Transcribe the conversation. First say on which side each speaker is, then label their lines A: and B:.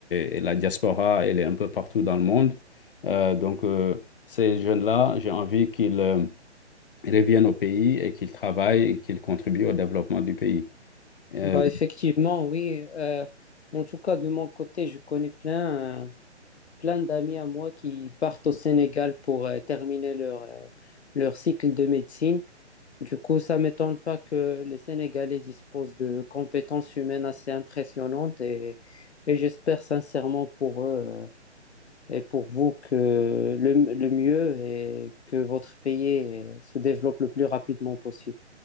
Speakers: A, on the left (about 50°); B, on the left (about 65°).
A: et, et la diaspora elle est un peu partout dans le monde. Euh, donc euh, ces jeunes-là, j'ai envie qu'ils euh, reviennent au pays et qu'ils travaillent et qu'ils contribuent au développement du pays. Euh,
B: Bah, effectivement, oui. Euh, en tout cas, de mon côté, je connais plein, euh, plein d'amis à moi qui partent au Sénégal pour euh, terminer leur, euh, leur cycle de médecine. Du coup, ça ne m'étonne pas que les Sénégalais disposent de compétences humaines assez impressionnantes et, et j'espère sincèrement pour eux euh, et pour vous que le, le mieux est que votre pays euh, se développe le plus rapidement possible.